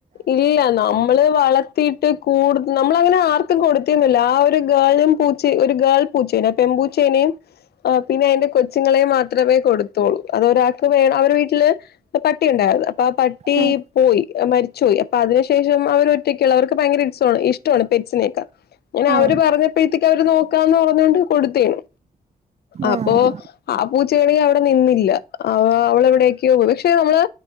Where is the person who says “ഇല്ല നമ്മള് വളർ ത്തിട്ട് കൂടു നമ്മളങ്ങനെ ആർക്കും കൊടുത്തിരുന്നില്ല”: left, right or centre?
Left